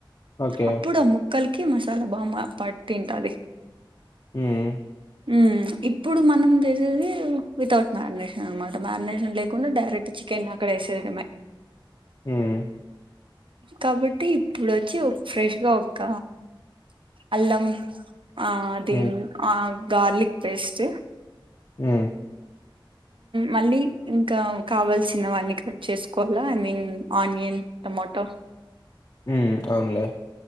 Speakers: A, on the left; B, on the right.
A: ఓకే
B: అప్పుడు ఆ ముక్కల్ క్కి మసాలా బామ్మ పట్టింటది
A: హ్మ్
B: హ్మ్మ్ ఇప్పుడు మనం చేసేది వితౌట్ మ్యారినేషన్ అనమాట మ్యారినేషన్ లేకుండా డైరెక్ట్ చికెన్ అక్కడ వేసేడమే
A: హుమ్
B: కాబట్టి ఇప్పుడు వచ్చి ఒక ఫ్రెష్గా ఒక అల్లం ఆ అదే
A: మ్మ్
B: ఆ గార్లిక్ పేస్ట్
A: హ్మ్ ఉ
B: మళ్ళీ ఇంకా కావాల్సినవన్నీ కట్ చేసుకోవాలా ఐ మీన్ ఆనియన్ టమాటో
A: ఊ ఉ అవునులే